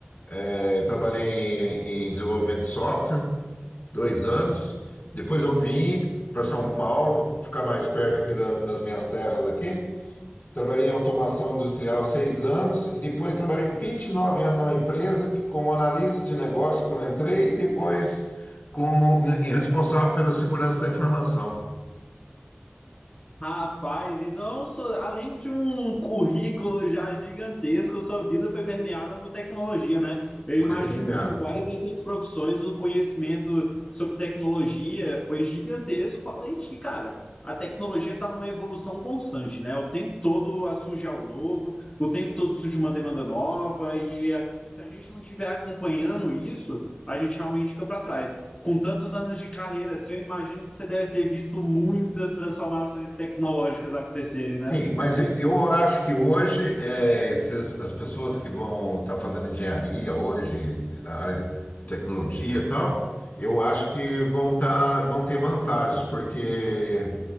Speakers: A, on the left; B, on the left.
A: é, trabalhei em, em desenvolvimento de software dois anos. Depois eu vim para São Paulo, para ficar mais perto aqui da- das minhas terras aqui. Trabalhei em automação industrial seis anos e depois trabalhei 29 anos numa empresa que, como analista de negócio que eu entrei e depois como né, responsável pela segurança da informação.
B: Rapaz, então, so- além de um currículo já gigantesco, sua vida foi permeada por tecnologia, né? Eu imagino
A: Foi terminado.
B: que em várias dessas profissões o conhecimento sobre tecnologia foi gigantesco, além de que, cara, a tecnologia está numa evolução constante, né? O tempo todo ah, surge algo novo, o tempo todo surge uma demanda nova, e a- se a gente não estiver acompanhando isso, a gente realmente fica para trás com tantos anos de carreira assim, eu imagino que você deve ter visto muitas transformações tecnológicas acontecerem, né?
A: Sim, mas eu acho que hoje eh, esses- as pessoas que vão estar fazendo engenharia hoje, na área de tecnologia e tal, eu acho que vão, tá, vão ter vantagens, porque